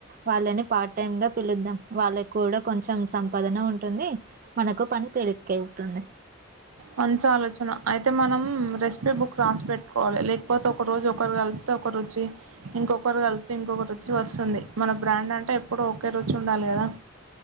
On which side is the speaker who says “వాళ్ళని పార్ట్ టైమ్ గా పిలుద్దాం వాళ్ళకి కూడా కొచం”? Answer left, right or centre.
Right